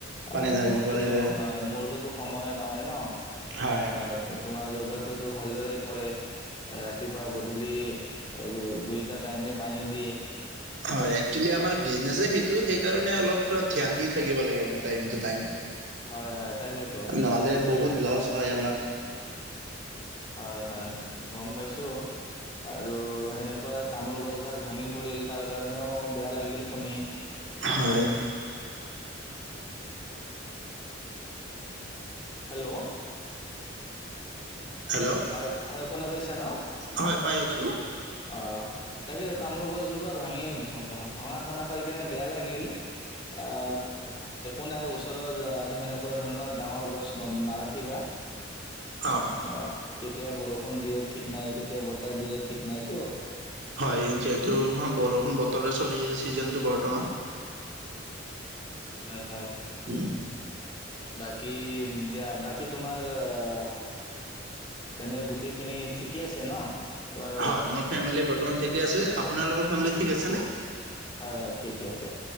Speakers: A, on the right; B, on the left.
A: পানী
B: আ-মোৰটোতো
A: ঢালি দিব লাগিব
B: হয় মোৰটোতো- সময়ে নহয় ন?
A: হয়।
B: আ- তোমাৰ দেউতাইতো ভালদৰে কৰে এ- ৰাতিপুৱা গধূলি এ- দুইটাত। পানী <unintelligible>
A: হয়, একচোৱেলি আমাৰ বিজনেচেই সেইটো। টো সেই কাৰণে অলপ ধ্যান দি থাকিব লাগে মানে টাইম টু টাইম।
B: হয়- হয় তাকেতো
A: নহ'লে
B: তাকে-
A: বহুত লছ হয় আমাৰ
B: হয়- হয়। গম পাইছো আৰু সেনেকুৱা তামোল গছডাল ভাঙি পৰিল তাৰ কাৰণেও- বেয়া লাগিল শুনি।
A: হয়
B: হেল্ল'-
A: হেল্ল'।
B: হয়-হয় শুনা পাইছা ন?
A: হয় পাই আছো-
B: অ', তাকেতো তামোল গছজোপা ভাঙি-ভ-ভ-ভঙা শুনা পাই কিনে বেয়া লাগিল। অ একো নাই ওচৰৰত সেনেকুৱা ধৰণৰ ডাঙৰ গছ নাৰাখিবা।
A: অ'
B: আহ কেতিয়া বৰষুণ দিয়ে ঠিক নাই, কেতিয়া বতাহ দিয়ে ঠিক নাই। তো
A: হয়-যিহেতু বৰষুণ বতৰৰে চলি আছে চিজনটো বৰ্তমান।
B: হয়- হয়-
A: উম,
B: বাকী দিয়া বাকী তোমাৰ আ- এনে গোটেইখিনি ঠিকেই আছে ন? তোমাৰ
A: হয় মোৰ ফেমিলি বৰ্তমান ঠিকে আছে আপোনালোকৰ? ফেমিলি ঠিক আছেনে?
B: হয় হয় ঠিকে আছে।